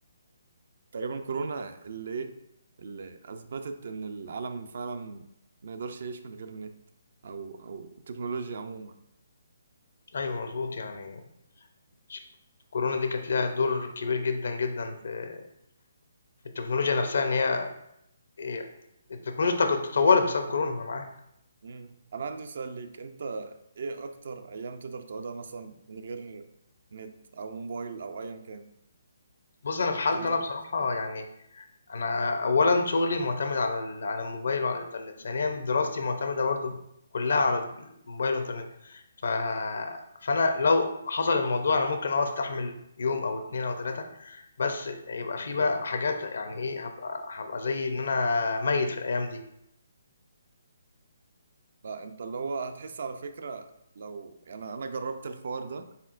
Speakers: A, on the right (about 60°); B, on the left (about 70°).
A: تقريبا كورونا اللي ايه اللي اثبتت ان العالم فعلا ما يقدرش يعيش من غير النت او او التكنولوجيا عموما
B: ايوه مظبوط يعني ش- الكورونا دي كانت لها دور كبير جدا جدا في في التكنولوجيا نفسها ان هي إيه، التكنولوجيا تك- تطورت بسبب كورونا انا معاك
A: مم. انا عندي سؤال ليك انت ايه اكتر ايام تقدر تقعدها مثلا من غير نت او موبايل او ايا كان
B: بُص، أنا في حالتي
A: تقدر
B: أنا بصراحة يعني أنا أولًا شغلي معتمد على ال على الموبايل وعلى الإنترنت، ثانيًا دراستي معتمدة برضه كلّها على الموبايل والإنترنت، ف فأنا لو حصل الموضوع أنا ممكن آه أستحمل يوم أو 2 أو 3 بس يبقى في بقى حاجات يعني إيه، هابقى هابقى زي إن أنا ميّت في الأيام دي،
A: لا انت اللي هو هتحس على فكرة لو يعني انا جربت الحوار ده